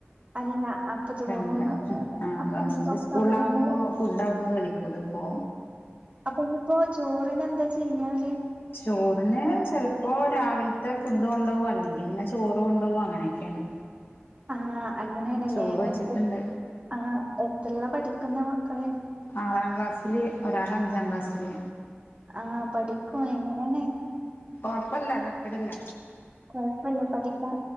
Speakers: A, on the right; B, on the left.
A: അല്ല അപ്പൊ ചോറും
B: ഗവൺമെന്റ്
A: ഉണ്ടാവൂല അല്ലെ
B: ആ
A: അപ്പൊ
B: ഗവൺമെന്റ്
A: ഇനിയിപ്പോ ഒക്കെ
B: സ്കൂൾ
A: അവിടുന്ന്
B: ലാകുമ്പോ ഫുഡ് അവട്ന്ന് കഴിക്കും ത് പ്പോ
A: അപ്പൊ നിയിപ്പോ ചോറിന് എന്താ ചെയ്യാ അവര്
B: ചോറിന് ചെൽപ്പോ രാവിൽത്തെ ഫുഡ് കൊണ്ടോകും അല്ലെങ്കി പിന്നെ ചോറ് കൊണ്ടോകും അങ്ങനെയൊക്കെയാണ്
A: ആഹ് അങ്ങനേണ്ല്ലേ
B: ചോറ് വെച്ചിട്ടുണ്ട്
A: എപ്പൊ ആ എത്രീലാ പഠിക്കുന്ന് മക്കള്
B: ആറാം ക്ലാസ്സില് ഒരാൾ അഞ്ചാം ക്ലാസ്സില്
A: ആഹ് പഠിക്കോ എങ്ങനേണ്
B: കൊപ്പല്ല തര്ക്കട്ല്ല.
A: കൊഴപ്പല്ല പഠിക്കാ